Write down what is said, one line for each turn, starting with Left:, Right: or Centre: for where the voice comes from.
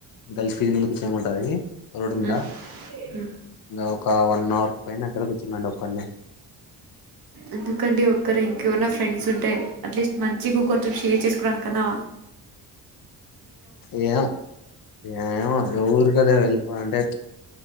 Left: గర్ల్స్ పీజీ ముందు కూర్చుంటుంది స రోడ్ మీంద
Right: హ్మ్ హ్మ్
Left: ఓకే ఒక వన్ అవర్ పైన అక్కడ కూర్చున్నా అండి ఒక్కణ్ణే
Right: ఎందుకంటే ఒకరు ఇంకెవరన్న ఫ్రెండ్స్ ఉంట అే అట్లీస్ట్ మంచిగా కొంచెం షేర్ చేసుకునాని కన్నా
Left: ఏ ఏ ఊరుకదే వెళ్ళ పంటే